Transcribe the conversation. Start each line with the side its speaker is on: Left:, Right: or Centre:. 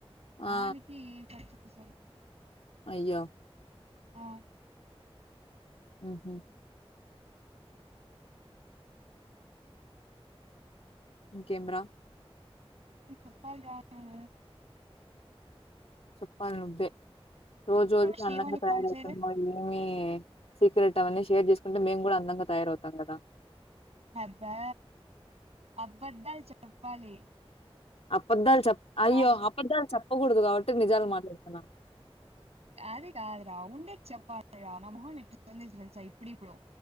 Left: ఆ!
Right: దానికి కట్ చేసారు
Left: అయ్యో
Right: ఆ
Left: ఉహు ఇంకెంరా
Right: నువ్ చెప్పాలుగా పిన్ని
Left: చెప్పాలి నువ్వే రోజు రోజుకి
Right: శ్రీవాణి
Left: అందంగా తయారవుతున్నావు
Right: కాల్ చేయలే
Left: ఏమి సీక్రెట్ అవన్నీ షేర్ చేసుకుంటే మేము కూడా అందంగా తయారవుతాం కదా.
Right: అబ్బా అబ్బద్దాలు చెప్పాలి
Left: అపద్దాలు చెప్ప అయ్యో
Right: కాదు
Left: అబద్దాలు చెప్పకూడదు కాబట్టి నిజాలు మాట్లాడుతున్నా
Right: అది కాదు రా ఉండేది చెప్పాలిగా నా మొహం చెంది సా ఇప్పుడు ఇప్పుడు